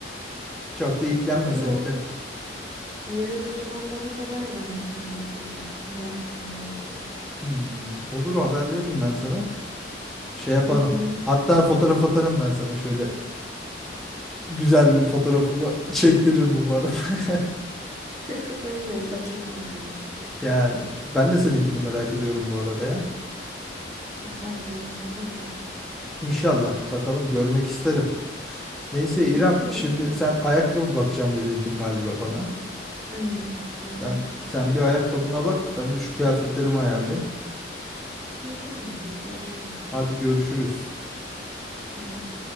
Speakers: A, in the centre; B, on the right.
A: <laughs> Çok da iplenmesek
B: İyi
A: de.
B: Yarın o zaman bana haber ver nişandan sonra. Ne yaptın ne oldu?
A: Hmm, olur haber veririm ben sana. Şey yaparım.
B: Hı hı.
A: Hatta fotoğraf atarım ben sana şöyle güzel bir fotoğrafımı çektiririm umarım. <laughs>
B: <laughs> Aynen bakayım kombinine.
A: Yani ben de seninkini merak ediyorum bu arada ya.
B: Tamam ben de yarın sana atarım.
A: İnşallah bakalım görmek isterim. Neyse
B: Hı,
A: İrem,
B: İyiyim.
A: şimdi sen ayakkabı bakacağım da dedin galiba bana.
B: Aynen. Aynen.
A: Sen, sen bir ayakkabına bak, ben de şu kıyafetlerimi ayarlayayım.
B: Hı, Tamamdır görüşürüz.
A: Hadi görüşürüz.
B: Bay bay.